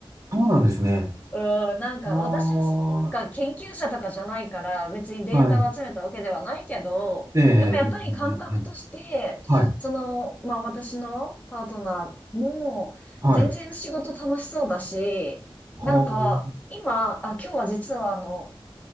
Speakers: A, on the right; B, on the left.
A: そうなんですね。
B: うん、なんか私はそのなんか研究者とかじゃないから別にデータを集めたわけではないけど、
A: ああ、はい。ええ、
B: でもやっぱり感覚として、
A: ええ、ええ、ええはい。
B: その、まあ私のパートナーも全然仕事楽しそうだし、
A: はい。は
B: なんか今、あ、今日は実はあの、